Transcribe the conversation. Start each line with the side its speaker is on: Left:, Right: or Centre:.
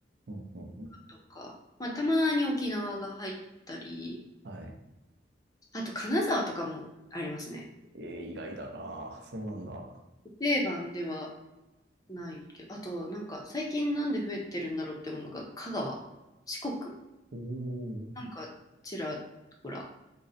Right: うん、うん、うん。
Left: とか、まあ、たまに沖縄が入ったり、
Right: はい。
Left: あと金沢とかもありますね。
Right: えー、意外だな。そうなんだ。
Left: 定番ではないけど、あとなんか最近なんで増えてるんだろうって思うのが、香川、四国、
Right: おー。
Left: なんかちらほら